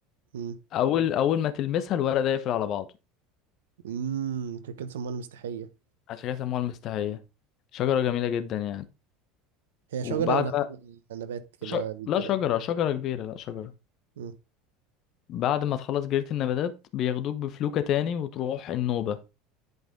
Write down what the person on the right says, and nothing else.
امم
امم أنت كده سموها مستحيه
هي
شجره ولا
نب- نبات كده
بيتزرع
امم